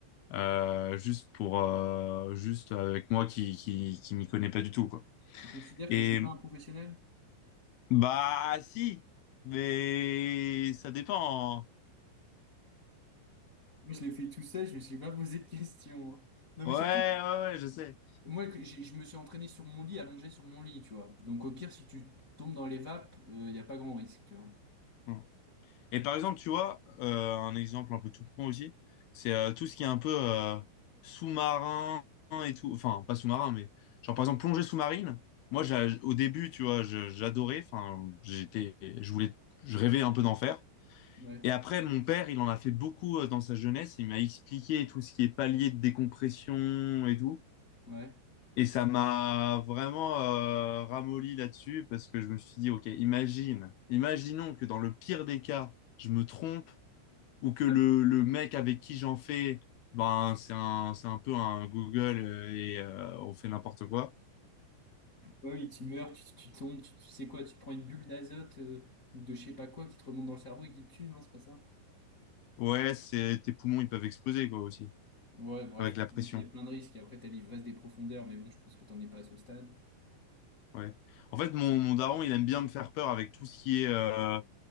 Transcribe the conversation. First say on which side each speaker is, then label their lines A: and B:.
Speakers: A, on the left; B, on the left.
A: euh, juste pour euh, juste avec moi qui qui qui m'y connais pas du tout quoi.
B: Tu considères
A: Et
B: que je suis pas un professionnel?
A: bah si, mais ça dépend. hein.
B: Moi, je l'ai fait tout seul, je me suis pas posé de questions. hein. Non,
A: Ouais
B: mais surtout,
A: ouais, ouais je sais.
B: moi, que j'ai- je me suis entraîné sur mon lit, allongé sur mon lit, tu vois. Donc, au pire, si tu tombes dans les vapes, il n'y a pas grand risque, tu vois.
A: Mm. Et par exemple, tu vois, euh, un exemple un peu tout con aussi, c'est euh, tout ce qui est un peu euh, sous-marin et tout. Enfin, pas sous-marin, mais genre par exemple plongée sous-marine. Moi, j'a- au début, tu vois, je- j'adorais. Enfin, j'étais, je voulais, je rêvais un peu d'en faire.
B: Ouais,
A: Et après, mon père, il en a fait beaucoup euh, dans sa jeunesse. Il m'a expliqué tout ce qui est palier de décompression et tout.
B: ouais.
A: Et ça m'a vraiment euh, ramolli là-dessus parce que je me suis dit, OK, imagine, imaginons que dans le pire des cas, je me trompe ou que le,
B: Ah,
A: le mec avec qui j'en fais, ben, c'est un, c'est un peu un Google euh, et euh, on fait n'importe quoi.
B: ouais, oui, tu meurs, tu, tu tombes, tu, tu sais quoi, tu te prends une bulle d'azote euh, ou de je sais pas quoi qui te remonte dans le cerveau et qui te tue, non, c'est pas ça?
A: Ouais, c'est, tes poumons, ils peuvent exploser, quoi, aussi,
B: Ouais, bref,
A: avec la pression.
B: il y a plein de risques. Et après, t'as l'ivresse des profondeurs, mais bon, je pense que t'en es pas à ce stade.
A: Ouais. En fait, mon, mon daron, il aime bien me faire peur avec tout ce qui est euh,